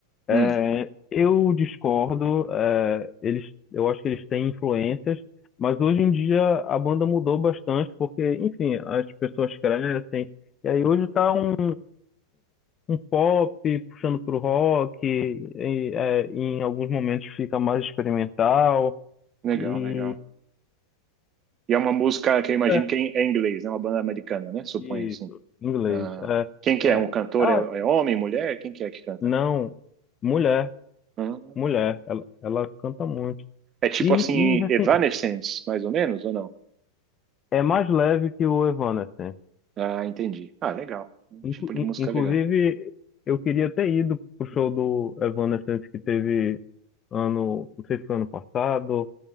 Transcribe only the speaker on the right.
Hum,
legal,
legal. E é uma música que eu imagino
que é em inglês, né? Uma banda americana, né? Suponho
assim.
Ah, quem que
é?
Um cantor?
É, é homem, mulher? Quem que é que canta?
Ah,
é tipo
assim,
Evanescence, mais ou menos, ou não?
Ah, entendi. Ah, legal. Um
tipo de
música
legal.